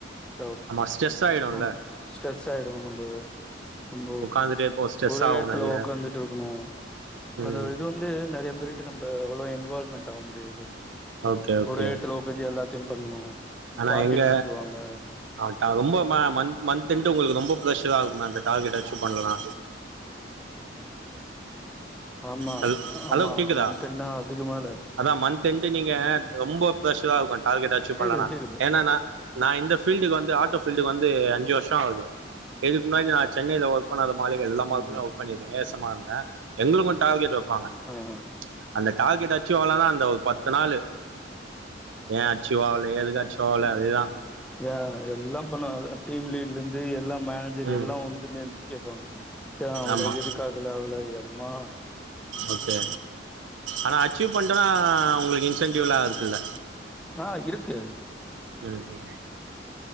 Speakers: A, in the centre; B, on the right.
A: தேவப்
B: ஆமா ஸ்ட்ரெஸ் ஆயிடும்ல
A: ஆம் ஸ்ட்ரெஸ் ஆயிடு நம்பது ரொம்போ
B: உட்காந்துட்டே இருப்போ ஸ்ட்ரெஸ்
A: ஒரே
B: ஆகு
A: எடத்துல
B: நெறைய
A: உக்காந்துட்டு இருக்கணு
B: ம்
A: அதுவே வந்து நெறைய பேர் கிட்ட நம்ப அவ்ளோ இன்வால்வ்மெண்ட் ஆவ முடியாது
B: ஓகே ஓகே
A: ஒரே எடத்துல உக் மீதி எல்லாத்தையு பண்ணு
B: ஆனா
A: டார்கெட்
B: இங்க
A: குத்துருவாங்க
B: ஆ டா ரொம்ப மந்த் மந்த் என்டு உங்களுக்கு ரொம்ப பிரெஷராகுமே அந்த டார்கெட் அச்சீவ் பண்ணலனா
A: ஆமா
B: ஹலோ
A: ஆமா
B: ஹலோ கேக்குதா
A: மந்த்ன்னா அதுக்கு மேல
B: அதா மந்த் என்ட்டு நீங்க ரொம்ப பிரஷரா இருக்கு டார்கெட் அச்சீவ்
A: கேக்குது
B: பண்லனா
A: கேக்குது
B: ஏன்னா நா நா இந்த ஃபீல்டுக்கு வந்து ஆட்டோ ஃபீல்டுக்கு வந்து அஞ்சு வருஷோ ஆகுது இதுக்கு முன்னாடி நா சென்னைல ஒர்க் அப்ப அந்த மாளிக எல்ல மால்ல
A: ம்
B: ஒர்க் பண்ணிருக்க எசமான்ல எங்களுக்கு டார்கெட் வப்பாங்க
A: ம் ஹ்ம்
B: அந்த டார்கெட் அச்சுவ் ஆவலனா அந்த ஒரு பத்து நாளு ஏ அச்சிக்கோ அவள எதுக் அச்சிகோ அவள அதேதா
A: ஏ எல்லா பண்ணுவாங்க டீம் லீட்ல இருந்து எல்லா மேனேஜர்
B: ம்
A: எல்லா வந்து மே கேப்பாங்க இப்ப அவ்ளோ
B: ஆமா
A: எடுக்காதுலே அவ்ளோ எம்மா
B: ஓகே ஆனா அச்சீவ் பண்டேன்னா உங்களுக்கு இன்சென்டிவ்லா இருக்குல்ல
A: ஆ இருக்கு
B: ம் ஓகே